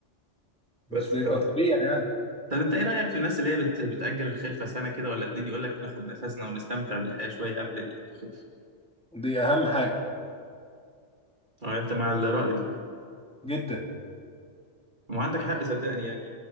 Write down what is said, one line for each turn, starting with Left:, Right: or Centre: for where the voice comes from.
Centre: مش
Right: بس
Centre: بيبقى
Right: ف
Centre: طبيعي يعني
Right: طب انت ايه رأيك في الناس اللي هي بت... بتأجل الخلفة سنة كده ولا اتنين يقول لك ناخد نفسنا ونستمتع بالحياة شوية قبل الخلفة
Centre: دي اهم حاجه
Right: اه انت مع الرأي ده
Centre: جدا
Right: ما عندك حق صدقني يعني